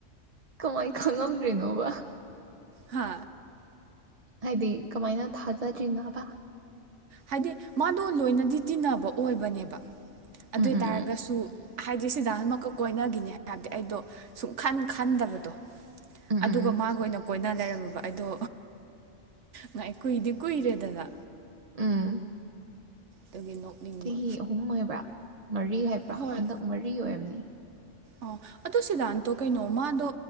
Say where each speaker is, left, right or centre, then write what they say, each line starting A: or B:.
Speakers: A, on the right; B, on the right.
A: ꯀꯃꯥꯏ ꯈꯪꯉꯝꯗ꯭ꯔꯤꯅꯣꯕ
B: ꯍꯥ
A: ꯍꯥꯏꯗꯤ ꯀꯃꯥꯏꯅ ꯊꯥꯖꯗ꯭ꯔꯤꯅꯣꯕ
B: ꯍꯥꯏꯗꯤ ꯃꯥꯗꯣ ꯂꯣꯏꯅꯗꯤ ꯇꯤꯟꯅꯕ ꯑꯣꯏꯕꯅꯦꯕ ꯑꯗꯨꯑꯣꯏꯇꯥꯔꯒꯁꯨ
A: ꯎꯝ ꯎꯝ ꯎꯝ ꯎꯝ
B: ꯍꯥꯏꯗꯤ ꯁꯤꯗꯟ <unintelligible> ꯀꯣꯏꯅꯈꯤꯅꯤ ꯍꯥꯏꯕꯗꯤ ꯑꯩꯗꯣ ꯁꯨꯛꯈꯟ ꯈꯟꯗꯕꯗꯣ
A: ꯎꯝ ꯎꯝ
B: ꯑꯗꯨꯒ ꯃꯥꯒ ꯑꯣꯏꯅ ꯀꯣꯏꯅ ꯂꯩꯔꯝꯃꯕ ꯑꯗꯣ ꯉꯥꯏ ꯀꯨꯏꯗꯤ ꯀꯨꯏꯔꯦꯗꯅ
A: ꯎꯝ
B: ꯑꯗꯨꯒꯤ ꯅꯣꯛꯅꯤꯡꯕ
A: ꯆꯍꯤ ꯑꯍꯨꯝ ꯍꯥꯏꯕ꯭ꯔꯥ ꯃꯔꯤ ꯍꯥꯏꯕ꯭ꯔꯥ
B: ꯍꯣꯏ
A: ꯍꯟꯗꯛ ꯃꯔꯤ ꯑꯣꯏꯔꯝꯅꯤ
B: ꯑꯣ ꯑꯗꯣ ꯁꯤꯗꯥꯟꯗꯣ ꯀꯩꯅꯣ ꯃꯥꯗꯣ